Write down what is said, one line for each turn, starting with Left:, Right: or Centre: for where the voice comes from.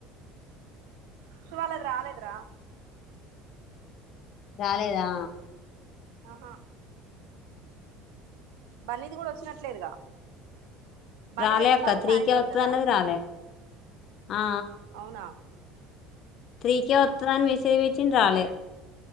Right: అక్క వాళ్లది రాలేదురా
Left: రాలేదా?
Right: అహా బన్నీది గుడ వచ్చినట్లేదుగా బన్నీది
Left: రాలే
Right: ఎట్లాగో
Left: అక్క త్రీకే
Right: సాయంత్రం
Left: వత్తదన్నది
Right: కదా,
Left: రాలే ఆ
Right: అవునా?
Left: త్రికే
Right: ఆ
Left: ఒత్తదని మెసేజ్ పెట్టిండు రాలే.